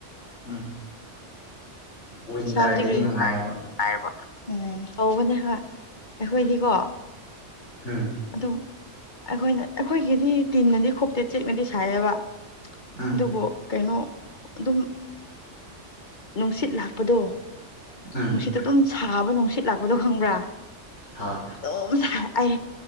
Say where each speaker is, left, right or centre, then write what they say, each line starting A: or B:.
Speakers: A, on the left (about 75°); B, on the left (about 40°).
A: ꯎꯝ ꯋꯤꯟꯇꯔꯗꯗꯤ
B: <unintelligible>
A: ꯅꯨꯡꯉꯥꯏꯕ
B: ꯎꯝ ꯇꯧꯕꯅꯦ ꯑꯩꯈꯣꯏꯗꯤꯀꯣ꯫
A: ꯎꯝ
B: ꯑꯗꯨꯝ ꯑꯩꯈꯣꯏꯅ ꯑꯩꯈꯣꯏꯒꯤꯗꯤ ꯇꯤꯟꯅꯗꯤ ꯈꯣꯞꯇꯦ ꯆꯦꯛꯅꯗꯤ ꯁꯥꯏꯑꯕ
A: ꯎꯝ
B: ꯑꯗꯨꯕꯨ ꯀꯩꯅꯣ ꯑꯗꯨꯝ ꯅꯨꯡꯁꯤꯠ ꯂꯥꯛꯄꯗꯣ
A: ꯎꯝ
B: ꯅꯨꯡꯁꯤꯠꯇꯣ ꯑꯗꯨꯝ ꯁꯥꯕ ꯅꯨꯡꯁꯤꯠ ꯂꯥꯛꯄꯗꯣ ꯈꯪꯕ꯭ꯔꯥ
A: ꯍꯣꯏ
B: ꯑꯗꯨꯝ ꯍꯥꯏ